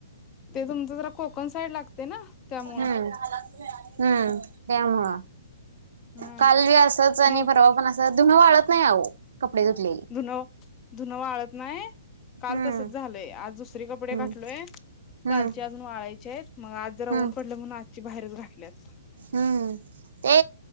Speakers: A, on the left (about 25°); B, on the right (about 70°).
A: ते तुमचं जरा कोकण साईड लागते ना. त्यामुळं.
B: हम्म हम्म त्यामुळं.
A: हा
B: काल बी असच. आणि
A: मग
B: परवा पण अस धुन वाळत नाही आहो. कपडे धुतलेली.
A: धुन धुन वाळत नाही. काल
B: हम्म
A: तसच झालय. आज दुसरी कपडे
B: हम्म
A: गातलोय.
B: हम्म
A: कालचे अजून वाळायचेयत. मग आज जरा
B: हम्म
A: ऊन पडलंय म्हणून आजची बाहेरच घातल्यात.
B: हम्म. ते